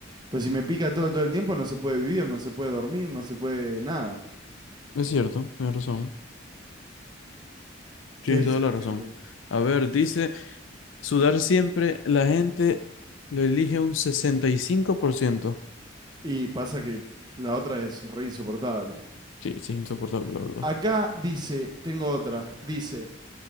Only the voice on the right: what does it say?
Pero si me pica todo, todo el tiempo no se puede vivir, no se puede dormir, no se puede nada.
¿Qué dice
la
gente?
Y pasa que la otra es re insoportable.
Acá dice, tengo otra, dice,